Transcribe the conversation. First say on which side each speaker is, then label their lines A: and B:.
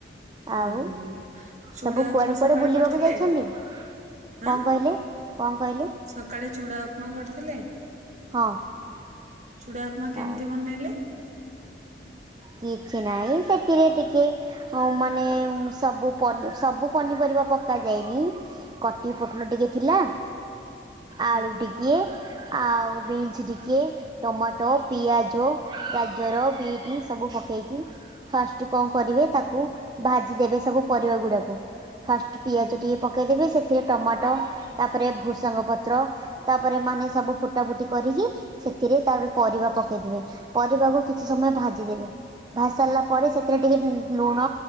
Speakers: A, on the right; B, on the right.
A: ଆଉ
B: ଓହୋ ଚୁଡା
A: ସବୁ
B: ଉପମା
A: କୁଆଡେ କୁଆଡେ
B: ସକାଳେ
A: ବୁଲିବାକୁ
B: କରିଥିଲେ
A: ଯାଇଛନ୍ତି? କଁ
B: ଆଁ
A: କହିଲେ କଁ କହିଲେ?
B: ସକାଳେ ଚୁଡ଼ା ଉପମା କରିଥିଲେ?
A: ହଁ
B: ଚୁଡା ଉପମା କେମ୍ତି
A: ଆଉ
B: ବନେଇଲେ?
A: କିଛି ନାଇଁ ସେଥିରେ ଟିକେ ହଁ ମାନେ ସବୁ ସବୁ ପନିପରିବା ପକା ଯାଏନି। କଟି ପୋଟଳ ଟିକେ ଥିଲା
B: ହୁଁ
A: ଆଳୁ ଟିକିଏ ଆଉ ବିନ୍ସ ଟିକେ ଟମାଟ ପିଆଜ ଗାଜର ବିଟି ସବୁ ପକେଇକି ଫାଷ୍ଟ କଁ କରିବେ ତାକୁ ଭାଜି ଦେବେ ସବୁ ପରିବା ଗୁଡ଼ାକୁ। ଫାଷ୍ଟ ପିଆଜ
B: ହୁଁ
A: ଟିକେ ପକେଇ ଦେବେ ସେଥିରେ ଟମାଟ ତାପରେ ଭୃସଙ୍ଗ ପତ୍ର ତାପରେ ମାନେ ସବୁ ଫୁଟା ଫୁଟି କରିକି ସେଥିରେ ତାପରେ ପରିବା ପକେଇ ଦେବେ ପରିବାକୁ କିଛି ସମୟ ଭାଜିଦେବେ। ଭା ସାଇଲା ପରେ ସେଥିରେ ଟିକେ <unintelligible> ଲୁଣ